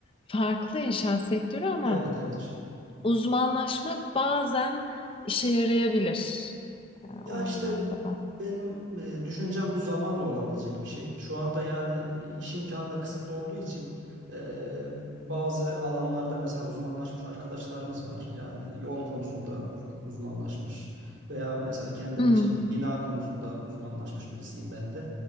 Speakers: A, on the left; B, on the right.
A: farklı inşaat sektörü ama
B: Evet evet.
A: uzmanlaşmak bazen işe yarayabilir yani
B: Ya
A: o anlamda.
B: işte benim e, düşüncem bu zamanla olabilecek bir şey. Şu anda yani iş imkanı da kısıtlı olduğu için e, bazı alanlarda mesela uzmanlaşmış arkadaşlarımız var. Yani yol konusunda uz- uzmanlaşmış veya mesela kendim
A: Hmm.
B: için bina konusunda uzmanlaşmış birisiyim ben de.